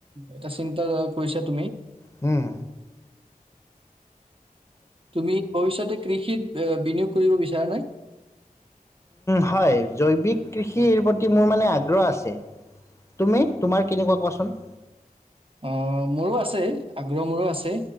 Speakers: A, on the right; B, on the left.
A: এটা চিন্তা কৈছা তুমি।
B: হম।
A: তুমি ভৱিষয়তে কৃষিত। এ বিনিয়োগ কৰিব বিচাৰে নাই।
B: হয় জৈৱিক কৃষিৰ প্ৰতি মোৰ মানে আগ্ৰহ আছে তুমি তোমাৰ কেনেকুৱা কোৱাচোন।
A: অ' মোৰো আছে আগ্ৰহ মোৰো আছে।